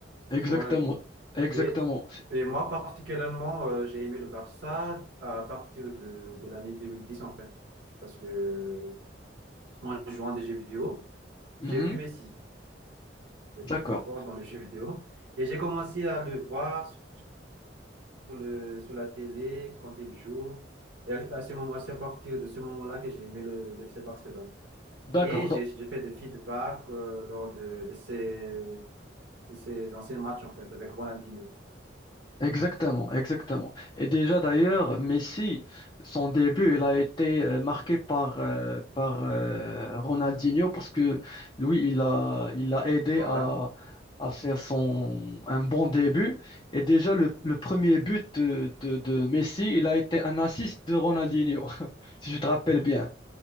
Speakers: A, on the left; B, on the right.
A: Exactement.
B: C'est Ronaldinho.
A: Exactement.
B: Et,
A: C'est-
B: et moi, particulièrement, euh, j'ai aimé le Barça à partir de, de l'année 2010 en fait. Parce que, en jouant à des jeux vidéo,
A: Mhm.
B: j'ai vu Messi. Il est
A: D'accord.
B: très très fort dans les jeux vidéo. Et j'ai commencé à le voir sur le, sur la télé quand il joue. Et à ce moment, c'est à partir de ce moment-là que j'ai aimé le, le FC Barcelone.
A: D'accord.
B: Et j'ai j'ai fait des feedbacks euh, lors de, de ces, de ces anciens matchs, en fait, avec Ronaldinho.
A: Exactement, exactement. Et déjà d'ailleurs, Messi, son début, il a été euh, marqué par, euh, par euh, Ronaldinho parce que lui, il a, il a aidé
B: Voilà.
A: à, à faire son, un bon début. Et déjà, le, le premier but de, de, de Messi, il a été un assist de Ronaldinho, <laughs> si je te rappelle bien.